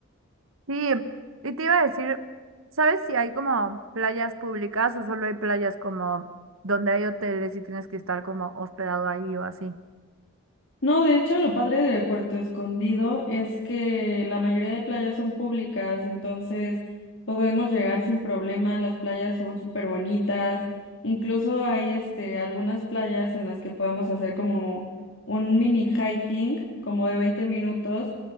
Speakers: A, on the right; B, on the left.
A: Sí, y te iba a decir, ¿sabes si hay como playas públicas o solo hay playas como donde hay hoteles y tienes que estar como hospedado ahí o así?
B: No, de hecho, lo padre de Puerto Escondido es que la mayoría de playas son públicas, entonces podemos llegar sin problema, las playas son súper bonitas, incluso hay este, algunas playas en las que podemos hacer como un mini hiking, como de 20 minutos,